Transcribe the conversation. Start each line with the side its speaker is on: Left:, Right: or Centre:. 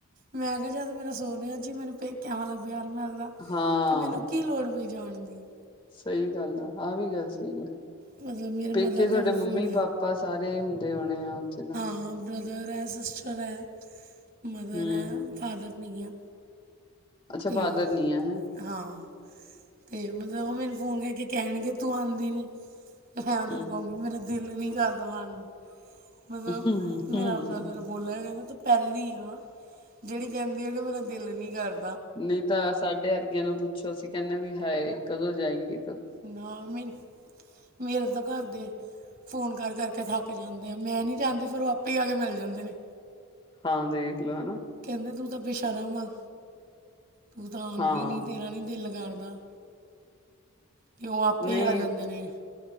Right: ਮੈਂ ਕਿਹਾ ਜਦ ਮੇਰਾ ਸੋ ਰਿਹਾ ਜੀ ਮੈਨੂੰ ਕਿਆ ਵਾਲਾ ਪਿਆਰ ਮਿਲਦਾ,
Left: ਹਾਂ
Right: ਤੇ ਮੈਨੂੰ ਕੀ ਲੋੜ ਪਈ ਜਾਣ ਦੀ।
Left: ਸਹੀ ਗੱਲ ਆ ਆਹ ਵੀ ਗੱਲ ਸਹੀ ਐ,
Right: ਮਤਲਬ ਮੇਰੇ ਮਦਰ
Left: ਪੇਕੇ ਥੋਡੇ
Right: ਦਾ ਵੀ
Left: ਮੰਮੀ
Right: ਫੋਨ ਹੈ
Left: ਪਾਪਾ ਆਪਾਂ ਸਾਰੇ ਹੁੰਦੇ ਹੋਣੇ ਆ ਉੱਥੇ ਤਾਂ,
Right: ਹਾਂ ਬ੍ਰਦਰ ਐ ਸਿਸਟਰ ਐ, ਮਦਰ
Left: ਹੂੰ
Right: ਐ ਫਾਦਰ ਨੀ ਐ।
Left: ਅੱਛਾ
Right: ਤੇ
Left: ਫਾਦਰ ਨੀ ਆ ਹੈਂ
Right: ਹਾਂ, ਤੇ ਮਤਲਬ ਉਹ ਮੈਨੂੰ ਫੋਨ ਕਰਕੇ ਕਹਿਣਗੇ ਤੂੰ ਆਦੀ ਨੀ। ਮੈਂ ਉਹਨਾ
Left: ਹੂੰ
Right: ਨੂੰ ਕਹੂੰਗੀ ਮੇਰਾ ਦਿਲ ਨੀ ਕਰਦਾ ਆਣ ਨੂੰ ਮਤਲਬ,
Left: ਹੂੰ ਹੂੰ।
Right: ਮੇਰਾ ਬ੍ਰਦਰ ਬੋਲਿਆ ਕਹਿਦਾ ਤੁੰ ਪਹਿਲੀ ਆ, ਜਿਹੜੀ ਕਹਿੰਦੀ ਆ ਕਿ, ਮੇਰਾ ਦਿਲ ਨੀ ਕਰ
Left: ਨਹੀਂ ਤਾਂ ਸਾਢੇ ਅਰਗੀਆਂ ਨੂੰ ਪੁੱਛੋ, ਅਸੀਂ ਕਹਿੰਣੇ, ਵੀ ਹਾਏ ਕਦੋਂ ਜਾਏਗੀ
Right: ਨਾ ਮੀ, ਮੇਰੇ ਤਾਂ ਘਰ ਦੇ ਫੋਨ, ਕਰ-ਕਰ ਕੇ ਥੱਕ ਤੇ ਜਾਂਦੇ ਆ ਮੈਂ ਨਹੀਂ ਜਾਂਦੀ, ਫਿਰ ਉਹ ਆਪੇ ਆ ਕੇ, ਮਿਲ ਜਾਂਦੇ ਨੇ
Left: ਹਾਂ, ਦੇਖ ਲਓ ਨਾ
Right: ਕਹਿੰਦੇ ਤੂੰ ਤਾਂ ਬੇਸ਼ਰਮ ਵ, ਤੂੰ ਤਾਂ ਆਉਂਦੀ
Left: ਹਾਂ
Right: ਨਈ, ਤੇਰਾ ਨਈ ਦਿਲ ਕਰਦਾ ਤੇ ਉਹ, ਆਪੇ
Left: ਨਹੀਂ
Right: ਹੀ ਆ ਜਾਂਦੇ ਨੇ,